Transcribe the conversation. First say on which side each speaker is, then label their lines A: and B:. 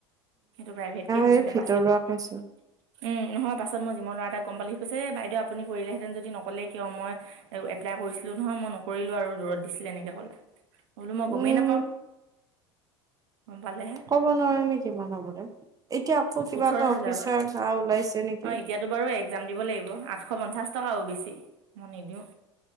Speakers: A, on the right; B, on the right.
A: সেইটো প্ৰাইভেটকে হৈছিলে
B: এই ভিতৰুৱা
A: পাছত উম,
B: খাইছো
A: নহয় পাছত মই জিমৰ ল'ৰা এটাই গম পালে সি কইছে এ বাইদেউ আপুনি কৰিলেহেতেন যদি নকলে কিয় মই এপ্লাই কৰিছিলো নহয়, মই নকৰিলো আৰু দূৰত দিছিলে এনেকে কলে। বোলো মই গমেই
B: উম
A: নাপাওঁ, গম পালেহে।
B: কব নোৱাৰে নেকি মানুহ বোৰে, এতিয়া আকৌ কিবা
A: ওঠৰ
B: এটা
A: হাজাৰ
B: অফিচাৰ
A: বোলে।
B: ওলাইছে নেকি।
A: অ' এতিয়াতো বাৰু এক্সাম দিব লাগিব, আঠশ পঞ্চাছ টকা অ বি চি মই নিদিওঁ।